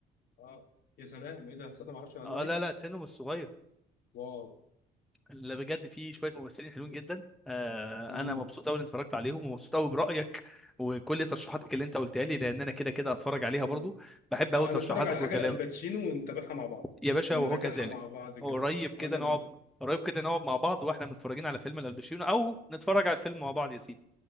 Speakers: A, on the left; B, in the centre.
A: اه يا سلام ايه ده تصدق ما اعرفش المعلومه
B: اه
A: دي
B: لا لا سنه مش صغير
A: واو
B: اللي بجد فيه شويه ممثلين حلوين جدا آه
A: مم.
B: انا مبسوط قوي اني اتفرجت عليهم ومبسوط قوي برايك وكل ترشيحاتك اللي انت قلتها لي لان انا كده كده هتفرج عليها
A: مم.
B: برضو بحب
A: اه
B: قوي ترشيحاتك
A: انا اتفرج على
B: وكلامك
A: حاجه لالباتشينو ونتابعها مع بعض
B: يا باشا
A: ونراجعها
B: وهو كذلك
A: مع بعض
B: قريب
A: كده
B: كده
A: وانا
B: نقعد
A: موافق
B: قريب كده نقعد مع بعض واحنا متفرجين على فيلم الباتشينو او نتفرج على الفيلم مع بعض يا سيدي